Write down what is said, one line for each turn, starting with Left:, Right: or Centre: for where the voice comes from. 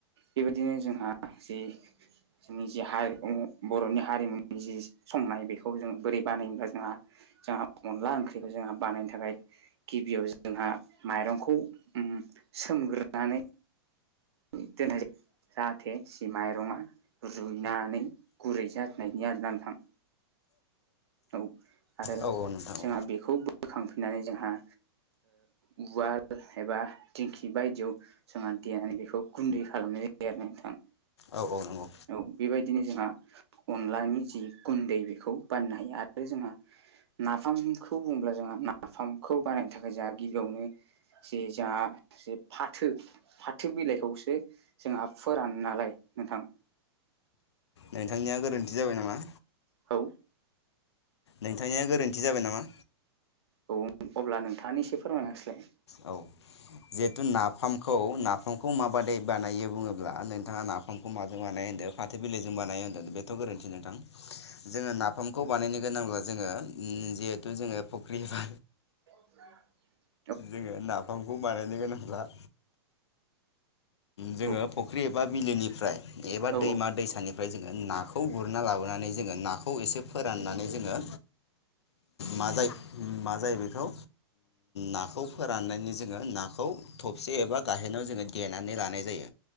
Right: बेबायदिनो जोंहा जि जोंनि जि हारि <unintelligible> बर'नि हारिमुनि जि संनाय बेखौ जों बोरै बानायो होमब्ला जोंहा जोंहा अनला ओंख्रिखौ जोंहा बानायनो थाखाय गिबियाव जोंहा माइरंखौ उम सोमग्रोनानै दोननाय जायो जाहाथे जि माइरंआ रुइनानै गुरै जानायनि आरोना नोथां। औ आरो
Left: औ औ नोंथां
Right: जोंहा
Left: औ
Right: बेखौ बोखांफिननानै जोंहा उवाल एबा दिंखि बायदियाव जोंहा देनानै बेखौ गुन्दै खालामनाय जायो आरोना नोंथां।
Left: औ औ नंगौ।
Right: औ बेबायदिनो जोंहा अनलानि जि गुन्दै बेखौ बानायनो हायो आरो जोंहा नाफामखौ बुंङोब्ला जोंहा नाफामखौ बानायनो थाखाय जोंहा गिबियावनो जे जोंहा जे फाथो फाथो बिलाइखौसो जोंहा फोरान नालाय नोंथां।
Left: नोंथांनिया गोरोन्थि जाबाय नामा?
Right: औ।
Left: नोंथांनिया गोरोन्थि जाबाय नामा?
Right: औ अब्ला नोंथाङानो एसे फोरमायना होस्लाय
Left: औ जिहेथु नाफामखौ नाफामखौ माबादै बानायो बुङोब्ला नोंथाङा नाफा खौ माजों बानायो होनदो फाथो बिलाइजों बानायो होन्दों बेथ' गोरोन्थि नोंथां। जोङो नाफामखौ बानायनो गोनांब्ला जोङो उम जिहेथु जोङो फख्रि एबा
Right: <inaudible>
Left: जोङो नाफामखौ बानायनो गोनांब्ला जोङो
Right: औ
Left: फुख्रि एबा बिलोनिफ्राय एबा
Right: औ
Left: दैमा दैसानि ओमफ्राय जोङो नाखौ गुरना लाबोनानै जोङो नाखौ एसे फोराननानै जोङो मा जायो मा जायो बेखौ नाखौ फोराननायनि जोङो नाखौ थबसे एबा गाहेनाव जोङो दे नानै लानाय जायो